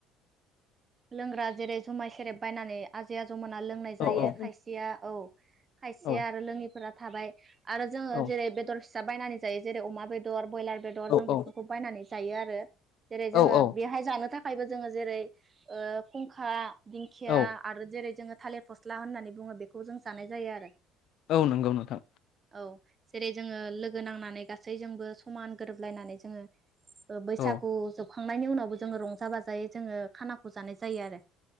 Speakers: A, on the right; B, on the left.
A: लोंग्रा जेरै जुमाय सेरेब बायनानै आजै आजौमोना लोंनाय जायो
B: औ औ
A: खायसेया औ। खायसेआ
B: औ
A: आरो लोङिफोरा थाबाय आरो जोङो
B: औ
A: जेरै बेदर फिसा बायनानै जायो जेरै अमा बेदर ब्रयलार बेदर
B: औ
A: जों
B: औ
A: बेफोरखौ बायनानै जायो आरो। जेरै
B: औ
A: जोङो
B: औ
A: बेहाय जानो थाखायबो जोङो जेरै खुंखा दिंखिया
B: औ
A: आरो जेरै जोङो थालिर फस्ला होननानै बुङो बेखौ जों जानाय जायो आरो।
B: औ नंगौ नोंथां।
A: औ जेरै जोङो लोगो नांनानै गासैजोंबो समान गोरोबलायनानै जोङो बैसागु
B: औ
A: जोबखांनायनि उनावबो जोङो रंजा बाजायै जोङो खानाखौ जानाय जायो आरो